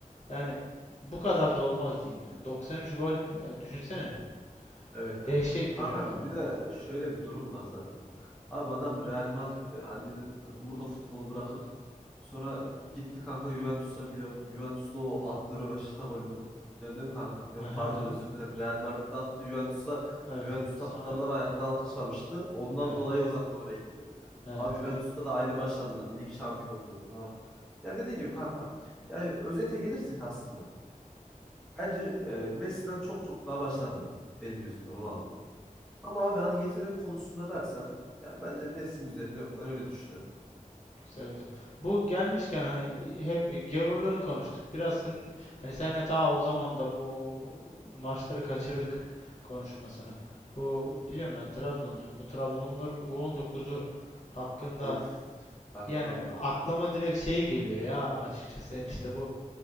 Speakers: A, on the left; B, in the centre.
A: yani bu kadar da olmaz diyeyim yani. 93 gol ya düşünsene.
B: Evet
A: Dehşet
B: evet. Kanka
A: bir rakam yani.
B: bir de şöyle bir durum var zaten. Abi adam Real Madrid'de annenin hani burada futbolu bırakır. Sonra gitti kanka Juventus'a biliyorsun. Juventus'ta o attı röveşata golünü. Biliyorsun değil mi kankam? Yok
A: Aha,
B: pardon
A: aha.
B: özür dilerim. Real Madrid'de attı Juventus'a.
A: Evet.
B: Juventus taraftarlar
A: Sonra
B: ayakta alkışlamıştı. Ondan
A: Evet,
B: dolayı o zaten oraya gitti.
A: evet.
B: Abi Juventus'ta da ayrı başarılar. Lig şampiyonluğu falan. Ya dediğin gibi kanka. Yani özete gelirsek aslında. Bence e, Messi'den çok çok daha başarılı. Benim gözümden Ronaldo. Ama abi hani yetenek konusunda dersen yani bence Messi'nin üzerinde yok. Ben öyle düşünüyorum.
A: Güzel güzel. Bu gelmişken hani e, hep e, gavurları konuştuk. Biraz senin, hani senle ta o zaman da bu maçları kaçırdık konuşmasını. Bu biliyorum ben Trabzonluyum. Bu Trabzonların U19'u hakkında
B: Of kankam
A: yani
B: benim.
A: aklıma direkt şey geliyor ya açıkçası yani işte bu